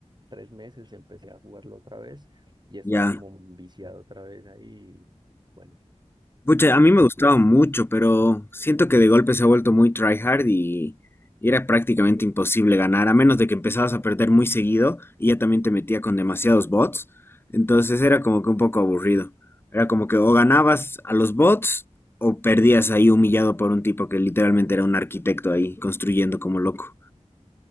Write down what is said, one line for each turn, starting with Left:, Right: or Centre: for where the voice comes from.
Right: tres meses empecé a jugarlo otra vez y he estado
Left: ya.
Right: como viciado otra vez ahí. y Bueno,
Left: Pucha,
Right: como
Left: a mí me gustaba mucho, pero siento que de golpe se ha vuelto muy tryhard y, y era prácticamente imposible ganar, a menos de que empezabas a perder muy seguido y ya también te metía con demasiados bots. Entonces era como que un poco aburrido. Era como que o ganabas a los bots o perdías ahí humillado por un tipo que literalmente era un arquitecto ahí construyendo como loco.